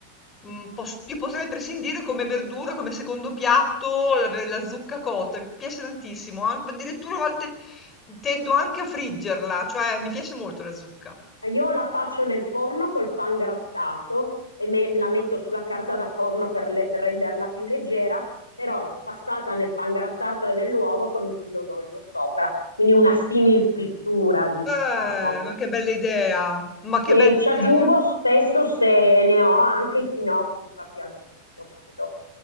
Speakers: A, on the left; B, on the left.
A: mhmm, pos ti potrei prescindere come verdura, come secondo piatto, la ve la zucca cotta, mi piace tantissimo, an addirittura a volte tendo anche a friggerla, cioè mi piace molto la zucca.
B: Io la faccio nel forno col pan grattato e me- la metto sulla carta da forno per, le- per renderla più leggera, però passata nel pan grattato e nell'uovo con un filo d'olio sopra, quindi una simil frittura, diciamo.
A: Eh, ma che bella idea, ma che
B: E
A: bella
B: ci
A: idea.
B: aggiungo spesso se ne ho anche i finocchi fatti allo stesso modo.